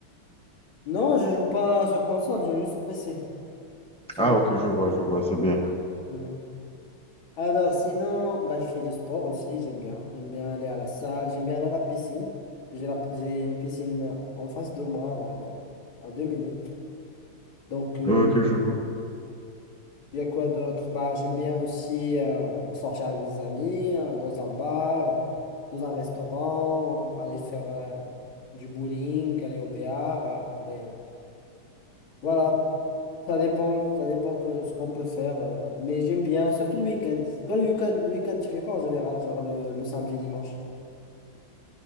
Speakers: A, on the left; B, in the centre.
A: Non, je joue pas sur console, je joue sur PC. Sur
B: Ah,
A: mon-
B: ok, je vois, je vois, c'est bien.
A: Hmm. Alors sinon, bah, je fais du sport aussi, j'aime bien. J'aime bien aller à la salle, j'aime bien aller à la piscine. J'ai la... j'ai une piscine en face de moi, donc euh, à deux minutes. Donc, euh,
B: Ok, je vois.
A: il y a quoi d'autre? Bah, j'aime bien aussi euh, sortir avec des amis, euh, dans un bar, dans un restaurant, aller faire euh, du bowling, aller au béar, euh, aller... euh, Voilà, Ça dépend, ça dépend que- ce qu'on peut faire. euh, Mais j'aime bien, surtout le week-end. Toi, le week-end, le week-end, tu fais quoi en général? Genre le, le samedi, dimanche.